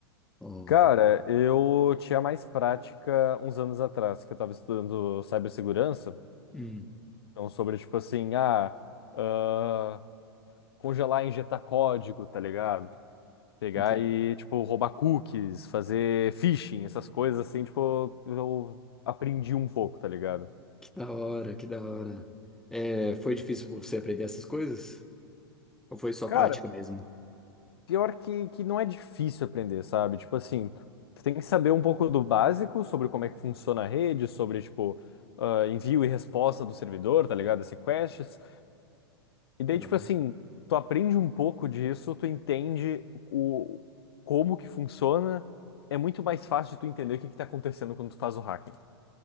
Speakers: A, in the centre; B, on the left.
A: Oh,
B: Cara, eu tinha mais prática uns anos atrás, que eu tava estudando cibersegurança.
A: hum,
B: Então, sobre, tipo assim, ah. ah, congelar e injetar código, tá ligado? Pegar
A: entendi.
B: e, tipo, roubar cookies, fazer phishing, essas coisas assim, tipo, eu aprendi um pouco, tá ligado?
A: que da hora, que da hora. É, foi difícil pra você aprender essas coisas? Ou foi só
B: Cara,
A: prática mesmo?
B: pior que, que não é difícil aprender, sabe? Tipo assim, tu tem que saber um pouco do básico sobre como é que funciona a rede, sobre, tipo, ah, envio e resposta do servidor, tá ligado? As requests. E daí,
A: Da,
B: tipo assim, tu aprende um pouco disso, tu entende o como que funciona. É muito mais fácil de tu entender o que que tá acontecendo quando tu faz o hacking.